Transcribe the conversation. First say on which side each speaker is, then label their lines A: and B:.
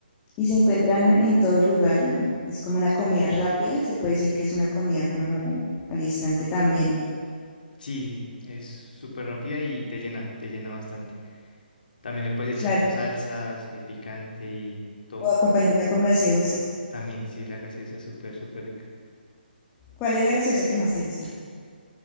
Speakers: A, on the left (about 20°); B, on the left (about 60°).
A: Y se encuentran en todo lugar, ¿no? Es como una comida rápida, se puede decir que es una comida como al instante también.
B: Sí, es súper rápida y te llena, te llena bastante. También le puedes
A: Claro.
B: echar salsas, eh, picante y todo.
A: o acompañarla con gaseosa.
B: También, sí, la gaseosa es súper, súper rica.
A: ¿Cuál es la gaseosa que más te gusta?